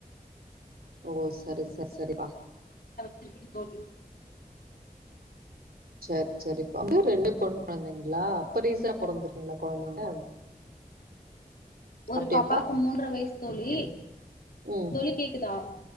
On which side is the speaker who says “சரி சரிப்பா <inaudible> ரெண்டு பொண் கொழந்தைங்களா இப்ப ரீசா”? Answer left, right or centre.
Right